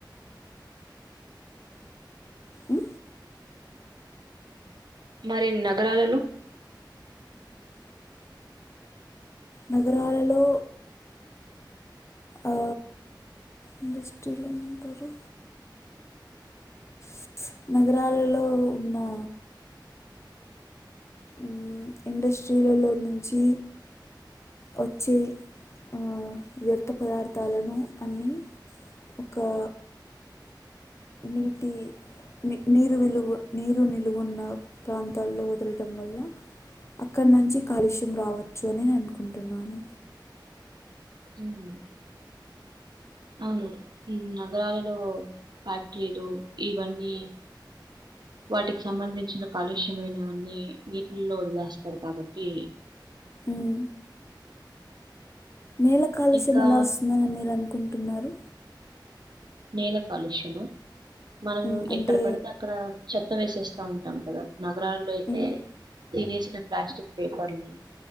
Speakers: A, on the left; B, on the right.
A: ఉ
B: మరీ నగరాలలో
A: నగరాలలో ఆ ఇండస్ట్రీలు ఏమంటారు. ప్చ్ నగరాలలో ఉన్నా ఉమ్ ఇండస్ట్రీలలో నుంచీ వచ్చే ఆ వ్యర్థ పదార్థాలను అన్నీ ఒకా నీటీ ని నీరు విలువ నీరు నిలువున్న ప్రాంతాల్లో వదలటం వల్ల. అక్కడ నుంచి కాలుష్యం రావచ్చు అని నేన్ అనుకుంటున్నాను.
B: ఉమ్ అవును ఈ నగరాలలో ఫ్యాక్టరీలూ ఇవన్నీ. వాటికి సంబంధించిన కాలుష్యమైనవన్నీ నీటిల్లో వదిలేస్తారు కాబట్టీ
A: ఉమ్. నేల కాలుష్యం
B: ఇంకా
A: ఎలా వస్తుందని మీరు అనుకున్ టున్నారు.
B: నేల కాలుష్యమా మనం
A: మ్మ్. అంటే
B: ఎక్కడ పడితే అక్కడా చెత్ త్త వేసేస్తా ఉంటాం కదా నగరాల్లో అయితే
A: మ్మ్.
B: తినేసిన ప్లాస్టిక్ పేపర్లు.